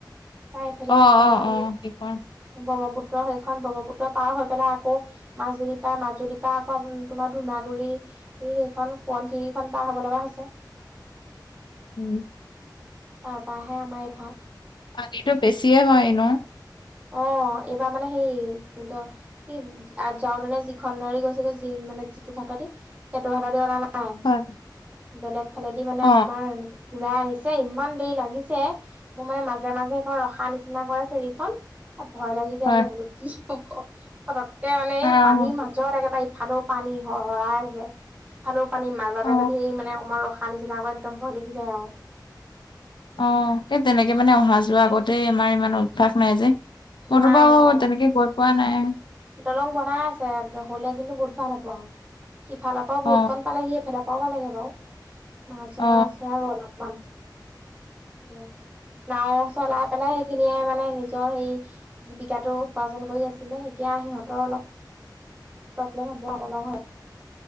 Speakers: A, on the right; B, on the left.
A: তাই এইফালে
B: অ
A: কমলাবাৰী।
B: অ অ কি ক
A: ব্ৰহ্মপুত্ৰ সেইখন ব্ৰহ্মপুত্ৰ পাৰ হৈ পেলাই আকৌ। মাজুলী পা, মাজুলীৰ পা আকৌ তোমাৰ ধূনাগুৰি, হেই এখন সোৱণশিৰি খন পাৰ হ'ব লগা হৈছ <inaudible>
B: <inaudible> উ।
A: তাৰপা আমাৰ এইফা।
B: পানীতো বেছিয়ে হয় ন।
A: অ। অ' এইবাৰ মানে হেই কোনত' সেই আ যাওতেনে যিখন নাৰি গৈছেগৈ যি মানে যিটো সেহেতি, সেটো হালদী অনা নাই।
B: হয়
A: বেলেগ ফালেদি মানে
B: অ
A: আমাৰ উৰাই আনিছ ইমান দেৰি লাগিছে মোৰ মানে মাজে মাজে সেইখন ৰখা নিচিনা কৰে ফেৰীখন। ভয় লাগি যায়গে
B: হয়
A: বোলো কি হব পতককে মানে
B: আহ
A: এ পানীৰ মাজত একেবাৰে ইফালেও পানী সহৰা যে ফালেও পানী মাজতে
B: অ
A: যদি মানে অকমান ৰখা নিচিনা কই একদম ভয় লাগি যায় আও।
B: অ তে তেনেকে মানে অহা যোৱা আগতেই আমাৰ ইমান অভ্যাস নাই যে। মোৰোবাও
A: নাই অ
B: তেনেকে গৈ পোৱা নাই।
A: দলং বনাই আছে হ'লে কিন্তু বহুত ভাল হ'ব আও সিফালৰ পৰাও
B: অ
A: বহুত কন পালে এফাল নাপাব লাগে বাৰু মাজৰ
B: অ
A: আছে আৰু অলপমান তাকে। নাও চলাই পেলাই সেইখিনিয়ে মানে নি ইঅ' হেই জীৱিকাটো উপাৰ্জন কৰি আছিলে এতিয়া সিহঁতৰ অলপ কফলং হ'ব আও, দলং হৈ আছ